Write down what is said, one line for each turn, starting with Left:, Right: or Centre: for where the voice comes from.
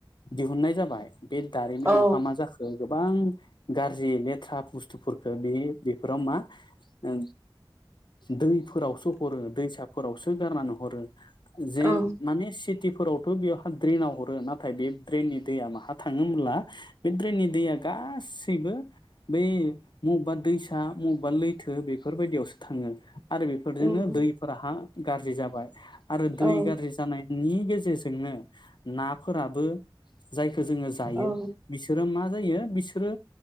Left: दिहुननाय जाबाय बे दारिमिनाव
Right: औ
Left: हा मा जाखो? गोबां गाज्रि लेथ्रा बुस्थुफोरखौ बे बेफोराव मा ओ दैफोरावसो हरो दैसाफोरावसो गारनानै हरो। जे
Right: औ
Left: माने सिटि फोरावथ' बेयावहा ड्रेनाव हरो नाथाय बे ड्रेननि दैया माहा थाङो होनब्ला बे ड्रेननि दैया गासैबो बै मबबा दैसा मबबा लैथो बेफोरबायदियावसो थाङो। आरो बेफोरजोंनो
Right: उम
Left: दैफोरा हा गाज्रि जाबाय। आरो दै
Right: औ
Left: गाज्रि जानाय नि गेजेरजोंनो नाफोराबो जायखौ जोङो जायो।
Right: औ
Left: मा जायो बिसोरो